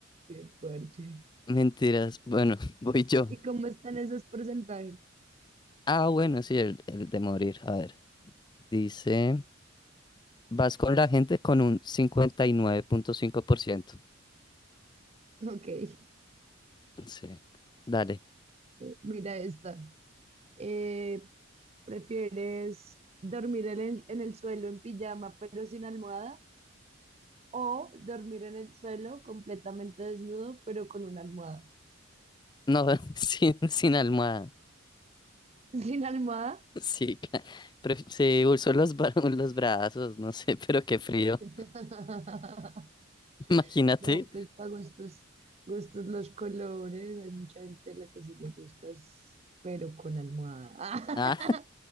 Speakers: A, on the right; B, on the left.
A: Qué fuerte.
B: Mentiras. Bueno, <laughs> voy yo.
A: ¿Y cómo están esos porcentajes?
B: Ah, bueno, sí, el, el de morir. A ver. Dice, vas con la gente con un cincuenta y nueve punto cinco por ciento
A: Ok, eh,
B: Sí. Dale.
A: mira esta. Eh, ¿prefieres dormir en el, en el suelo en pijama pero sin almohada? O dormir en el suelo completamente desnudo, pero con una almohada.
B: No, <laughs> sin, sin almohada.
A: Sin almohada,
B: Sí, claro. Pref- Sí, uso los, <laughs> bra- los brazos, no sé, pero qué frío.
A: <laughs>
B: <laughs> Imagínate.
A: no, pues para gustos, gustos los colores. Hay mucha gente a la que sí le gusta, es- pero con almohada.
B: Ah.